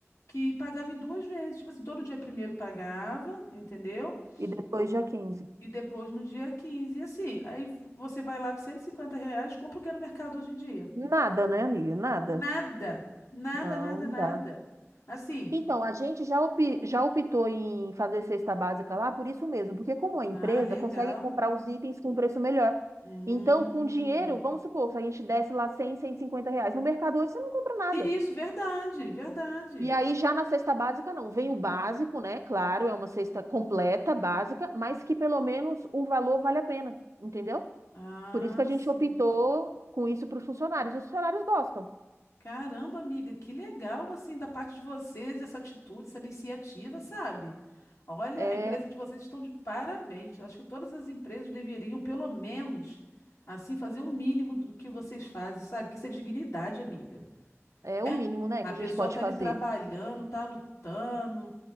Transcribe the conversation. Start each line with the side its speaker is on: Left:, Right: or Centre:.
Left: que pagava em duas vezes? Tipo assim, todo dia primeiro pagava, entendeu?
Right: E depois
Left: O...
Right: dia 15?
Left: E depois no dia quinze E assim, aí você vai lá com 150 reais, compra o que é no mercado hoje em dia.
Right: Nada, né, amiga? Nada.
Left: Nada, nada,
Right: Não,
Left: nada,
Right: não
Left: nada.
Right: dá.
Left: Assim,
Right: Então, a gente já, opi- já optou em fazer cesta básica lá por isso mesmo, porque como a empresa
Left: Ah, legal.
Right: consegue comprar os itens com um preço melhor.
Left: Hum.
Right: Então, com dinheiro, vamos supor, se a gente desse lá cem, cento e cinquenta reais, no mercado hoje você não compra nada.
Left: Isso, verdade, verdade.
Right: E aí, já na cesta básica, não. Vem o básico, né? Claro, é uma cesta completa, básica, mas que pelo menos o valor vale a pena, entendeu?
Left: Ah,
Right: Por isso que a gente
Left: sim.
Right: optou com isso para os funcionários. Os funcionários gostam.
Left: Caramba, amiga, que legal, assim, da parte de vocês, essa atitude, essa iniciativa, sabe? Olha,
Right: É,
Left: a empresa de vocês estão de parabéns. Acho que todas as empresas deveriam, pelo menos, assim, fazer um mínimo do que vocês fazem, sabe? Que isso é dignidade, amiga.
Right: É o
Left: né?
Right: mínimo, né,
Left: A
Right: que
Left: pessoa
Right: a gente pode
Left: tá
Right: fazer.
Left: ali trabalhando, tá lutando,